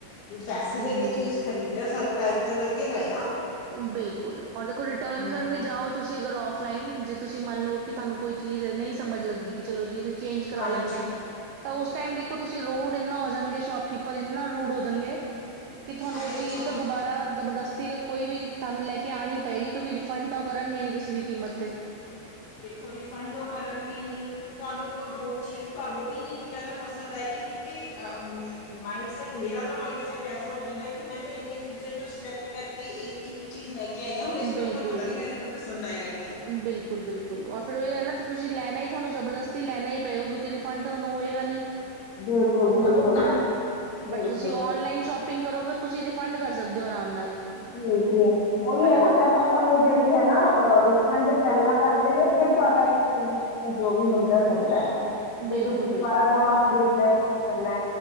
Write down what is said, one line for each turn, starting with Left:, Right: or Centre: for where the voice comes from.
Left: ਪੈਸੇ
Right: ਹੂੰ-ਹੂੰ
Left: ਦੇ ਕੇ ਚੀਜ਼ ਖਰੀਦ ਰਹੇ ਓ ਸਾਨੂੰ ਟਾਈਮ ਤਾਂ ਲੱਗੇਗਾ ਈ।
Right: ਬਿਲਕੁਲ ਔਰ ਦੇਖੋ ਰਿਟਰਨ
Left: ਹੂੰ
Right: ਕਰਨ ਵੀ ਜਾਔ ਤੁਸੀਂ ਅਗਰ ਆਫਲਾਈਨ ਜੇ ਤੁਸੀਂ ਮੰਨ ਲਓ ਕਿ ਤੁਹਾਨੂੰ ਕੋਈ ਚੀਜ਼ ਨਈ ਸਮਝ ਲੱਗੀ ਕਿ ਚਲੋ ਜੀ ਚੇਂਜ ਕਰਾ
Left: ਹਾਂਜੀ
Right: ਲੈਨੇ ਆ, ਤਾਂ ਉਸ ਟਾਈਮ ਦੇਖੋ ਤੁਸੀਂ ਰੂਡ ਇੰਨਾ ਹੋ ਜਾਣਗੇ ਸ਼ੋਪ ਕੀਪਰ ਇੰਨਾ ਰੂਡ ਹੋ ਜਾਣਗੇ, ਕਿ ਤੁਹਾਨੂੰ
Left: ਅਰੇ
Right: ਉਹ ਚੀਜ਼
Left: ਹਾਂ
Right: ਤਾਂ ਦੁਬਾਰਾ ਜਬਰਦਸਤੀ ਕੋਈ ਵੀ ਤੁਹਾਨੂੰ ਲੈ ਕੇ ਆਣੀ ਪਏਗੀ ਕਿਉਂਕਿ ਰਿਫੰਡ ਤਾਂ ਉਹ ਕਰਨਗੇ ਨੀ ਕਿਸੇ ਵੀ ਕੀਮਤ ਤੇ।
Left: ਦੇਖੋ ਰਿਫੰਡ ਔਹ ਕਰਨਗੇ ਨੀ, ਤੁਹਾਨੂੰ ਕੋਈ ਹੋਰ ਚੀਜ਼ ਤੁਹਾਨੂੰ ਵੀ ਨੀ ਇੰਨੀ ਜ਼ਿਆਦਾ ਪਸੰਦ ਆਏਗੀ ਕਿਉਂਕਿ ਮਾਇੰਡ ਸੈਟ ਮੇਰਾ ਤਾਂ ਮੰਡਸੈਟ ਐਸਾ ਹੋ ਜਾਂਦਾ ਕਿ ਮੈਂ ਤਾਂ ਇ ਚੀਜ਼ਾਂ ਚੋ ਸਿਲੈਕਟ ਕਰਕੇ ਇਹ ਇੱਕ ਚੀਜ਼ ਲੈ ਕੇ ਆਈ ਆ ਹੁਣ ਇਸ ਤੋਂ
Right: ਬਿਲਕੁਲ
Left: ਉੱਪਰ ਪਤਾ ਨੀ ਮੈਨੂੰ ਕੋਈ ਪਸੰਦ ਆਏਗਾ ਕਿ ਨੀ।
Right: ਬਿਲਕੁਲ ਬਿਲਕੁਲ ਫਿਰ ਓਹੀ ਐ ਨਾ ਤੁਸੀਂ ਲੈਣਾ ਹੀ ਤੁਹਾਨੂੰ ਜ਼ਬਰਦਸਤੀ ਲੈਣਾ ਹੀ ਪਏਗਾ ਕਿਉਕਿ ਰਿਫੰਡ ਤਾ ਤੁਹਾਨੂੰ ਹੋਏਗਾ ਨੀ।
Left: ਬਿਲਕੁਲ ਬਿਲਕੁਲ
Right: ਹਨਾ, ਬਟ
Left: ਬਿਲਕੁਲ
Right: ਤੁਸੀਂ ਔਨਲਾਈਨ ਸ਼ੋਪਿੰਗ ਕਰੋਗੇ ਤੁਸੀ ਰਿ ਫੰਡ ਕਰ ਸਕਦੇ ਓ ਆਰਾਮ ਨਾਲ
Left: ਠੀਕ ਆ, ਉਹੀ
Right: ਹਨਾ
Left: ਹੈ ਨਾ ਪਹਿਲਾਂ ਤੁਹਾਨੂੰ ਜਿਹੜੀ ਹੈ ਨਾ ਰਿਫੰਡ ਪਹਿਲਾ ਕਰਦੇ ਨੇ। ਫੇਰ ਤੁਹਾਡਾ ਐਕਸਚੇਂਜ ਕਸਚੇਂਜ ਜੋ ਵੀ ਹੁੰਦਾ, ਹੁੰਦਾ। ਜੇ
Right: ਬਿਲਕੁਲ
Left: ਤੁਸੀ ਦੁਬਾਰਾ
Right: ਬਿਲਕੁਲ
Left: ਨਵਾ ਖਰੀਦਨਾ ਏ। ਕੁਝ ਕਰਨਾ।